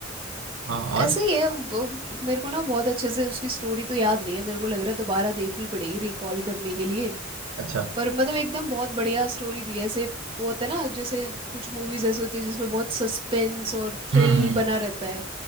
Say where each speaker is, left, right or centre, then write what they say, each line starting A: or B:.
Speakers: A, on the right; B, on the right.
A: हाँ
B: ऐसे
A: और
B: ही है वो- मेरे को ना बहुत अच्छे से उसकी स्टोरी तो याद नहीं है मेरे को लग रहा है दोबारा देखनी पड़ेगी रिकॉल करने के लिए
A: अच्छा
B: पर मतलब एकदम बहुत बढ़िया स्टोरी थी ऐसे वो होता है ना जैसे कुछ मूवीज ऐसे होती है जिसमें बहुत सस्पेंस और थ्रिल
A: हम्म हम्म
B: बना रहता है